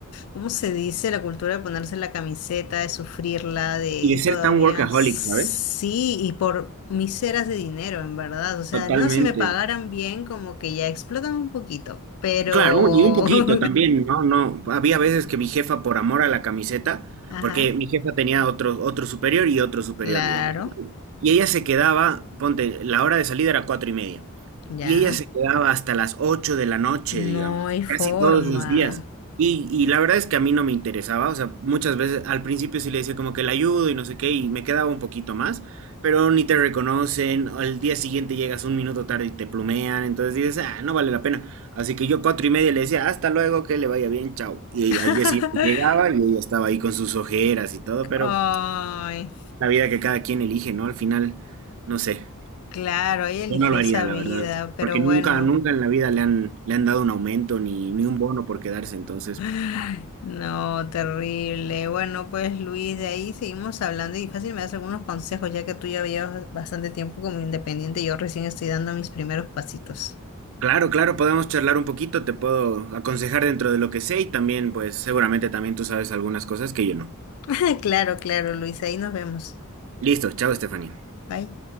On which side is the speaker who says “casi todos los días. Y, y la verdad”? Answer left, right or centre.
Right